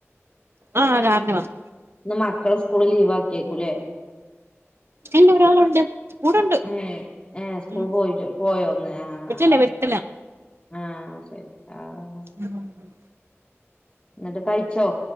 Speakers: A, on the right; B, on the left.
A: ആഹ് കാറ് നുവന്നു
B: ഇന്ന് മക്കള സ്കൂൾ ലീവാക്കിയേക്കുല്ലെ
A: ഇല്ല ഒരാളുണ്ട് കൂടെണ്ട്
B: ഏഹ് ഏഹ് സ്കൂൾ
A: ഉം
B: പോയിട്ട് പോയോന്ന് ആഹ്
A: <unintelligible> ട്ടില്ല
B: ആഹ് ആഹ് ശരി ആഹ്
A: <unintelligible>
B: ന്നിട്ട് കഴിച്ചോ